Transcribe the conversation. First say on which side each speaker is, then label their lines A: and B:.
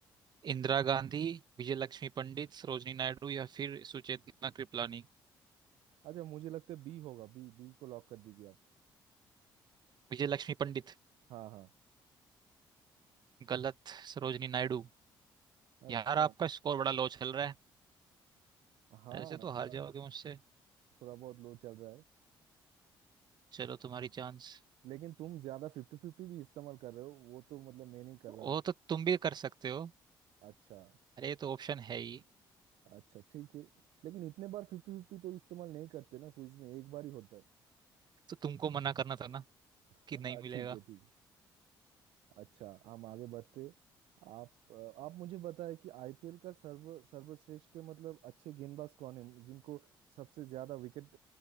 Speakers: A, on the right; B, on the right.
A: इंदिरा गांधी विजयलक्ष्मी पंडित सरोजनी नायडू या फिर सुचेतना कृपलानी
B: अच्छा मुझे लगता है बी होगा बी बी को लॉक कर दीजिए आप
A: विजयलक्ष्मी पंडित
B: हाँ हाँ
A: गलत सरोजनी नायडू
B: अच्छा
A: यार आपका स्कोर बड़ा लो चल रहा है
B: हाँ
A: ऐसे तो
B: थोड़ा
A: हार जाओगे मुझसे
B: थोड़ा बहुत लो चल रहा है
A: चलो तुम्हारी चांस
B: लेकिन तुम ज्यादा फिफ्टी फिफ्टी भी इस्तेमाल कर रहे हो वो तो मतलब मैं नहीं कर
A: ओ
B: रहा हूँ
A: तो तुम भी कर सकते हो
B: अच्छा
A: अरे ये तो ऑप्शन है ही
B: अच्छा ठीक है लेकिन इतने बार फिफ्टी फिफ्टी तो इस्तेमाल नहीं करते ना क्विज में एक बार ही होता है
A: तो तुमको मना करना था ना
B: <laughs>
A: कि नहीं
B: हाँ
A: मिलेगा
B: ठीक है ठीक अच्छा हम आगे बढ़ते आप अ, आप मुझे बताएं कि आईपीएल का सर्व सर्वश्रेष्ठ मतलब अच्छे गेंदबाज कौन है जिनको सबसे ज्यादा विकेट